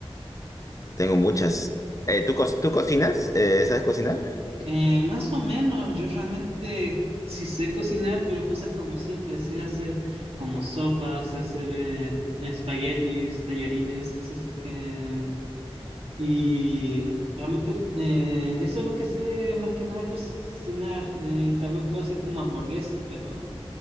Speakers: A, on the left (about 35°); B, on the right (about 75°).
A: Tengo muchas. Eh, ¿tú, co- tú cocinas? Eh, ¿sabes cocinar?
B: Eh, más o menos, yo realmente sí sé cocinar, pero cosas como simples, sé hacer como sopas, sé hacer eh, espaguetis, tallarines, cosas. eh, y realmente eh, eso es lo que sé más que nada cocinar. Eh, también puedo hacer como hamburguesas, pero...